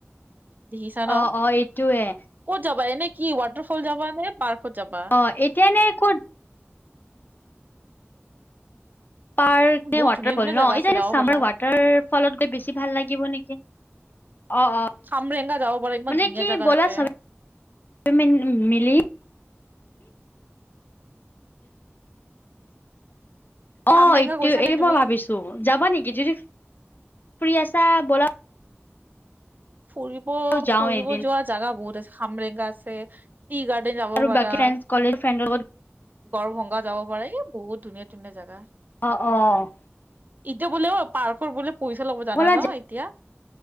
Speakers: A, on the right (about 40°); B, on the left (about 45°).
A: দেখিছা ন
B: অ', অ', এইটোয়ে
A: ক'ত যাবা এনেক টফল যাবা নে বাৰ্কত যাবা।
B: অ', এতিয়া নে ক'ত পাৰ্ক নে
A: বহুত
B: ৱাটাৰ
A: ধুনীয়া ধুনীয়া
B: ফল ন
A: জেগা
B: এইমাৰ
A: আছে যাব পাৰা
B: ৱাটাৰ ফলত গৈ বেছি ভাল লাগিব নেকি? অ - অ।
A: খামৰেংগা যাব পাৰা ইমান
B: মানে
A: ধুনীয়া
B: কি
A: জেগা
B: বলা
A: তাতে
B: চব মিলি
A: খামৰেংগা
B: অ, এই
A: গৈছা
B: - এইটো
A: নে তুমি
B: মই ভাবিছো যাবা নেকি যদি ফুৰি আছা বল।
A: ফুৰিব -
B: যাওঁ
A: ফুৰিব
B: এদিন
A: যোৱা জাগা বহুত আছে খামৰেগা আছে। টি গাৰ্ডেন যাব
B: আৰু
A: পাৰা।
B: বাকী ফ্ৰেণ্ড কলেজ ফ্ৰেণ্ডৰ লগত
A: গৰভংগা যাব পাৰে এ বহুত ধুনীয়া - ধুনীয়া জেগা।
B: অ - অ।
A: ইটো বোলে অ, পাৰ্কৰ বোলে পইচা ল'ব জানা
B: ব'লা
A: ন
B: যা
A: এতিয়া